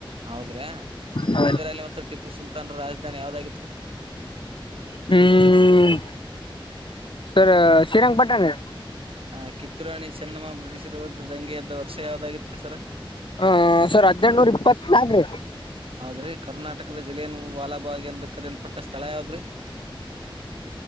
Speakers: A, on the right; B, on the left.
A: ಹೌದ್ರ
B: ಹಾ
A: ಹೈದರಾಲಿ
B: ರೀ
A: ಮತ್ತು ಟಿಪ್ಪು ಸುಲ್ತಾನ್ರ ರಾಜಧಾನಿ ಯಾವದಾಗಿತ್ತು.
B: ಹ್ಮ್ಮ್ ಸರ್ ಶೀರಂಗಪಟ್ಟಣ.
A: ಹ ಕಿತ್ತೂರ್ರಾಣಿ ಚೆನ್ನಮ್ಮ ಬ್ರಿಟಿಷ್ರ್ ವಿರುದ್ಧ ದಂಗೆ ಎದ್ದ ವರ್ಷ ಯಾವ್ದಾಗಿತ್ರಿ ಸರ.
B: ಹ ಸರ್ ಹದ್ನೇಲ್ನೂರ್ ಇಪ್ಪತ್ನಾಕ್ ರೀ.
A: ಹೌದ್ರಿ ಕರ್ನಾಟಕದ ಜಿಲ್ಲೆಯನು ವಾಲಬಾಗ್ ಎಂದು ಕರೆಯಲ್ಪಟ್ಟ ಸ್ಥಳ ಯಾವ್ದ್ರಿ.